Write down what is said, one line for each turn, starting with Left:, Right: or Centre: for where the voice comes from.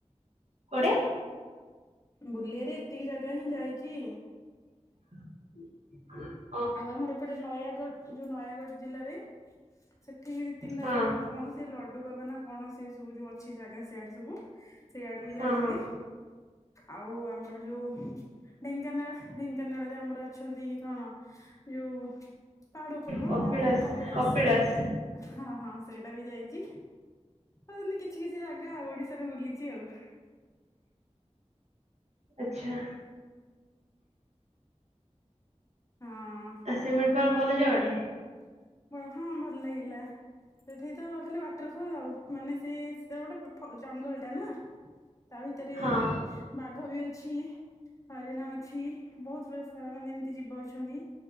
Right: କୁଆଡ଼େ?
Left: ବୁଲି ଆରେ ଏତିକି ଜାଗା ହିଁ ଯାଇଚି।
Right: <unintelligible>
Left: ଆଉ ଆମର ଏପଟେ ନୟାଗଡ ଯୋଉ ନୟାଗଡ ଜିଲ୍ଲାରେ, ସେଠି ବି ଦି ତିନିଟା
Right: ହଁ
Left: ଯୋଉ କଣ ସେ ଲଡୁ ବାବା ନା କଣ, ସେ ସବୁ ଯୋଉ ଅଛି ଜାଗା ସିଆଡେ ସବୁ ସେଇଆଡେ ବି
Right: ହଁ
Left: ଯାଇଥିଲି।
Right: ହଁ
Left: ଆଉ ଆମର ଯୋଉ ଢେଙ୍କାନାଳ, ଢେଙ୍କ ଢେଙ୍କାନାଳରେ ଆମର ଅଛନ୍ତି କଣ ଯୋଉ ପାହାଡ ଉପରେ ମଁ
Right: କପିଳାସ
Left: କଣ ସେଇଟା କପିଳାସ୍,
Right: କପିଳାସ
Left: ହଁ ହଁ ସେଇଟା ବି ଯାଇଚି ଆଉ <unintelligible> କିଛି କିଛି ଜାଗା ଓଡିଶାରେ ବୁଲିଚି ଆଉ। <inaudible>
Right: ଆଚ୍ଛା।
Left: ହଁ।
Right: ଆ ଶିମିଳିପାଳ ଭଲ ଜାଗାଟେ
Left: <unintelligible> ହଁ ଭଲ ଲାଗିଲା। ସେଠି ତ ଖାଲି ୱାଟରଫଲ୍ ଆଉ ମାନେ ସେ ସେଟା ଗୋଟେ ଫ ଜଙ୍ଗଲ ଟା ନାଁ। ତା ଭିତରେ
Right: ହଁ
Left: ବାଘ ବି ଅଛି। ହରିଣ ଅଛି ବହୁତ୍ <unintelligible> ସାରା ମାନେ ଏମ୍ତି ଜୀବ ଅଛନ୍ତି,